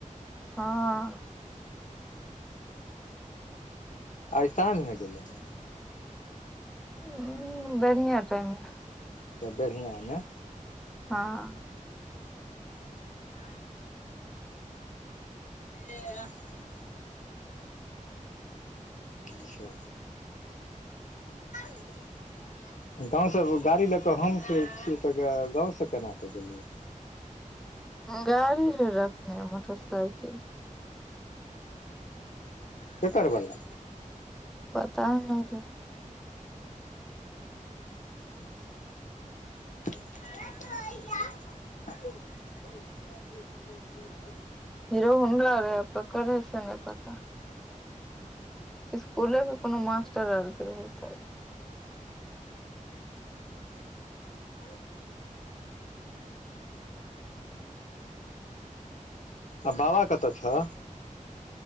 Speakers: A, in the centre; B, on the left (about 65°).
A: हँ
B: आइ साँझमे गेलै हन
A: उंम्म बेड़ीया टाइममे
B: सब बढ़ियाँ ने
A: हँ
B: <inaudible> ले आ <unintelligible> अच्छा <inaudible> गाँव सँ गाड़ी लऽ कऽ हम छियै तऽ गाँव से केना कऽ गेलै
A: गाड़ी रहै रखने मोटरसाइकिल
B: केकर बला
A: पता नहि केकर
B: ह <unintelligible> <unintelligible>
A: <unintelligible> स्कुले के कोनो मास्टर आर के रहे छथि
B: <unintelligible> आ बाबा कतऽ छ